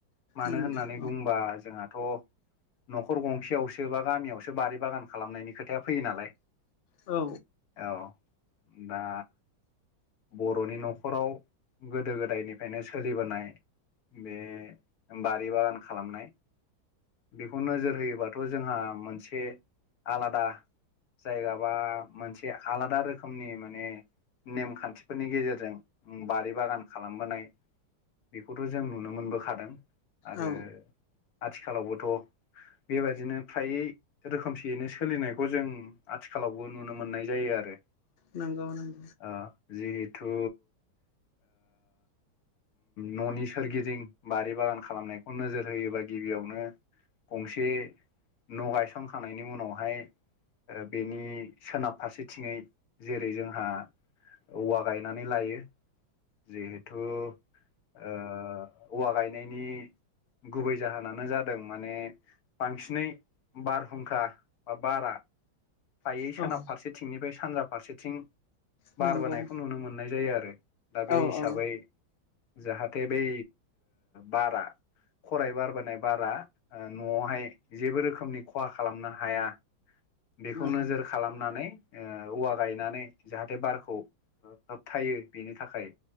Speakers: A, on the left; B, on the left.
A: मानो
B: नंगौ
A: होननानै बुंबा जोंहाथ' न'खर गंसेयावसो सोरोबा गामियावसो बारि बागान खालामनायनि खोथाया फैयो नालाय
B: औ
A: औ दा बर'नि न'खराव गोदो गोदायनिफ्रायनो सोलिबोनाय बे बारि बागान खालामनाय बेखौ नोजोर होयोबाथ' जोंहा मोनसे आलादा जायगाबा मोनसे आलादा रोखोमनि माने नेमखान्थि खथिफोरनि गेजेरजों बारि बागान खालामबोनाय बेखौथ' जों नुनो मोनबोखादों आरो
B: औ
A: आथिखालावबोथ' बेबायादिनो फ्रायै रोखोमसेयैनो सोलिनायखौ जों आथिखालावबो नुनो मोननाय जायो आरो
B: नंगौ नांगौ
A: ओ जिहेथु न'नि सोरगिदिं बारि बागान खालामनायखौ नोजोर होयोबा गिबियावनो गंसे न' गायसनखांनायनि उनावहाय बेनि सोनाब फारसेथिङै जेरै जोंहा औवा गायनानै लायो जिहेथु औवा गायनायनि गुबै जाहोनानो जादों माने बांसिनै बारहुंखा बा बारआ फ्रायै
B: नंगौ
A: सोनाब फारसेथिंनिफ्राय सानजा फारसेथिं
B: नंगौ
A: बारबोनायखौ नुनो मोननाय जायो आरो दा बे
B: औ नंगौ औ
A: हिसाबै
B: औ
A: जाहाथे बै बारा खरायाइ बारबोनाय बारा न'आवहाय जेबो रोखोमनि खहा खालामनो हाया बेखौ
B: औ
A: नोजोर खालामनानै औवा गायनानै जाहाथे बारखौ होबथायो बेनि थाखाय